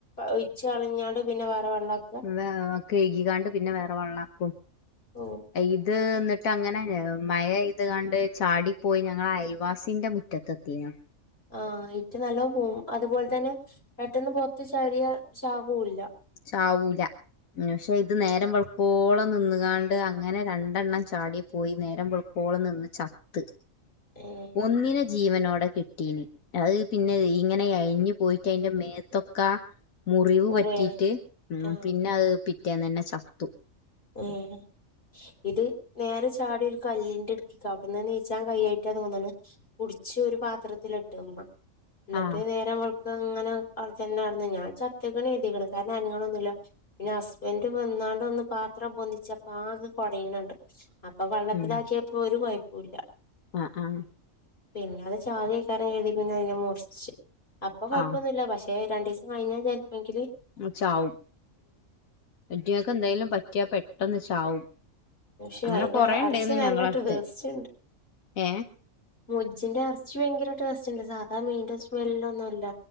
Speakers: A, on the left; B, on the left.
A: ഒഴിച്ച കളിഞ്ഞാണ്ട് പിന്നെ വേറെ വെള്ളം
B: ല്ലാകഴുകികാണ്ട് പിന്നെ വേറെ വെള്ളാക്കും.
A: ഓ
B: ഇത് എന്നിട്ട് അങ്ങനെ മഴ ഇതുകണ്ട് ചാടിപ്പോയി ഞങ്ങള അയൽവാസിന്റെ മു റ്റത്ത്ത്തെയ്നു.
A: ആഹ് ഇറ്റ നല്ല പോവും അതുപോലെ തന്നെ പെട്ടന്ന് പൊറത്ത് ചാടിയ ചാവുല്ല.
B: ചാവൂല ന്നശെരി. ഇത് നേരം വെളുക്കോളം നിന്നുകാണ്ട് അങ്ങനെ രണ്ടെണ്ണം ചാടി പോയി നേരം വെളുക്കോളം നിന്ന് ചത്ത് <unintelligible>
A: ങേ
B: ഒന്നിനെ ജീവനോടെ കിട്ടീനി. അത് പിന്നെ ഇങ്ങനെ എഴിഞ്ഞു പോയിട്ട് അതിറെ മേത്തൊക്കാ മുറിവ്
A: നൂറേ
B: പറ്റിട്ട് ഉം
A: ആഹ്
B: പിന്നെ അത് പിറ്റേന്ന് തന്നെ ചത്തു.
A: ഏഹ് നേരെ ചാടി ഒരു കല്ലിന്റെ ഇടുക്കിക്ക അവ്ട്ന്ന് നീച്ചാൻ കൈയ്യായിട്ട് തോന്ന്ണ്. പുടിച്ച് ഒരു പാത്രത്തിലിട്ട്മ്പോ എന്നിട്ട്
B: ആഹ്
A: നേരെവെള് അങ്ങനെ അവിടെ തന്നെ നട ഞാൻ ചത്തക്കണ് കരുതിക്ണ് കാരണം അനങ്ങണൊന്നുമില്ല. പിന്നെ ഹസ്ബന്റ്‌ വന്നാണ്ട് ഒന്ന് പ അത്ര പൊന്നിച്ചപ്പ ആകെ കുടയണണ്ട് അപ്പൊ വെള്ളത്തിലാക്കിയപ്പോ
B: ഉം
A: ഒരു കൊയപ്പുല്ല.
B: ആഹ് ആഹ്
A: പിന്നെ അത് ചാകേക്കാരം കരുതി പിന്നെ അതിനെ മുർച്ച് അപ്പൊ കൊഴപ്പൊന്നുല്ല
B: ആഹ്
A: പക്ഷേ രെ രണ്ടീസം കഴിഞ്ഞാ ചിലപ്പെങ്കില്
B: ചാവും അയ്റ്റങ്ങക്ക് എന്തെങ്കിലും പറ്റിയാ പെട്ടെന്ന് ചാവും.
A: പക്ഷെ
B: അങ്ങനെ
A: അയിന്റെ
B: കൊറേ
A: അറച്ചി
B: ഉണ്ടായിരുന്നു
A: നല്ല
B: ഞങ്ങളടുത്ത്
A: ടേസ്റ്റ്ണ്ട്.
B: ഏഹ്
A: മുജിന്റെ ഇറച്ചി ഭയങ്കര ടേസ്റ്റ് ഉണ്ട് സാധാ മീന്റെ സ്മെല്ല ഒന്നുംല്ല.